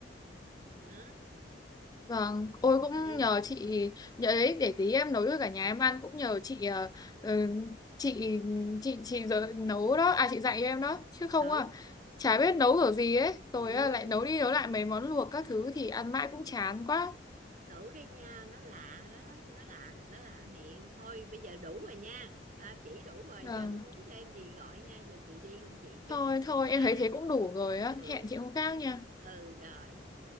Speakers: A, on the right; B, on the left.
A: đó
B: Vâng, ôi cũng
A: đi
B: nhờ chị nhờ ấy để tí em nấu cho cả nhà em ăn cũng nhờ chị ờ, ừ, chị chị chị giờ nấu đó, à chị dạy em đó chứ không
A: thử
B: à chả biết nấu kiểu gì ấy, rồi
A: ừ,
B: à, lại nấu đi nấu lại mấy món luộc các thứ thì ăn mãi cũng chán quá.
A: thử đi nha nó lạ đó nó lạ nó lạ miệng thôi bây giờ đủ rồi nha à, chỉ đủ rồi
B: Vâng,
A: giờ cũng muốn thêm gì gọi nha giờ chị đi công chị chút
B: thôi thôi
A: nha
B: em thấy thế cũng đủ rồi á,
A: ừ
B: hẹn chị hôm khác nha.
A: ừ rồi